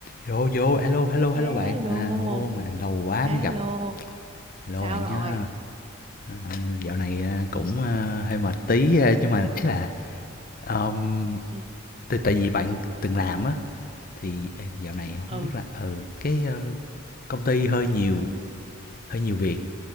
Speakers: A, on the left; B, on the right.
A: Vô vô, hello hello
B: Hello,
A: hello bạn. À ô mà lâu quá
B: hello,
A: mới gặp. Hello
B: sao
A: bạn
B: rồi?
A: nha. Ờ, dạo này à, cũng à, hơi mệt tí à, nhưng mà ấy là um,
B: ừ
A: tại tại vì bạn từng làm á thì ê, dạo này
B: ừ
A: không biết là ừ cái ờ, công ty hơi nhiều hơi nhiều việc,